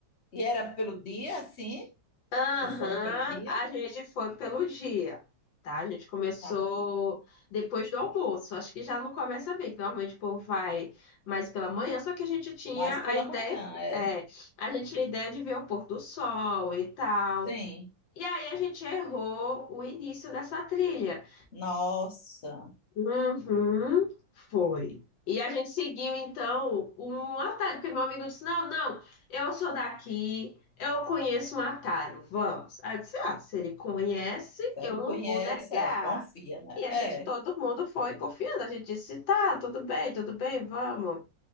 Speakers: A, on the left; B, on the left.
A: E era pelo dia, sim?
B: Aham,
A: Vocês foram pelo dia?
B: a gente foi pelo dia, tá? A gente começou
A: Tá.
B: depois do almoço. Acho que já não começa bem, que normalmente o povo vai mais pela manhã, só que a gente tinha
A: Mas pela
B: a ideia,
A: manhã, é.
B: é, a gente tinha a ideia de ver o pôr do sol e tal.
A: Sim.
B: E aí a gente errou o início dessa trilha.
A: Nossa.
B: Uhum, foi. E a gente seguiu, então, um atalho, porque meu amigo disse: Não, não, eu sou daqui, eu conheço um atalho, vamos. Aí eu disse: Ah, se ele conhece,
A: Se
B: eu
A: ele
B: não
A: conhece,
B: vou negar.
A: é, confia, né?
B: E a gente,
A: É.
B: todo mundo foi confiando. A gente disse: Tá, tudo bem, tudo bem, vamos.